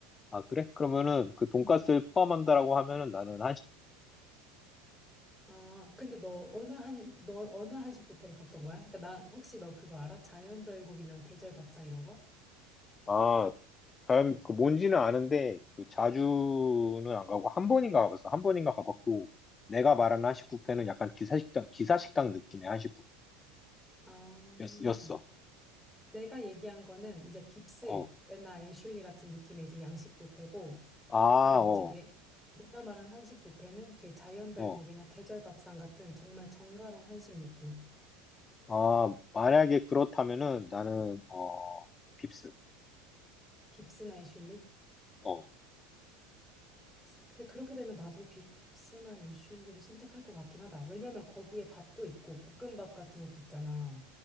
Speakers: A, on the left; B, in the centre.
A: 아, 그래? 그러면은
B: <laughs>
A: 그 돈가스를
B: 음.
A: 포함한다라고 하면은 나는 한식,
B: 아, 근데 너 어느 한, 너 어느 한식 뷔페를 갔던 거야? 그러니까 나 혹시 너 그거 알아? 자연별곡이나 계절밥상 이런 거?
A: 아, 잘, 그 뭔지는 아는데 그 자주는 안 가고 한 번인가 가봤어. 한 번인가 가봤고 내가 말하는 한식 뷔페는 약간 기사식당, 기사식당 느낌의 한식
B: 아,
A: 뷔페였어.
B: 내가 얘기한 거는 이제 빕스나
A: 어.
B: 애슐리 같은 느낌의 이제 양식 뷔페고,
A: 아,
B: 그다음에 이제
A: 어,
B: 내 내가 말한 한식 뷔페는 그 자연별곡이나
A: 어.
B: 계절 밥상 같은 정말 정갈한 한식 느낌.
A: 아, 만약에 그렇다면은 나는, 어, 빕스.
B: 빕스나 애슐리?
A: 어,
B: 근데 그렇게 되면 나도 빕스나 애슐리를 선택할 것 같긴 하다. 왜냐면 거기에 밥도 있고 볶음밥 같은 것도 있잖아.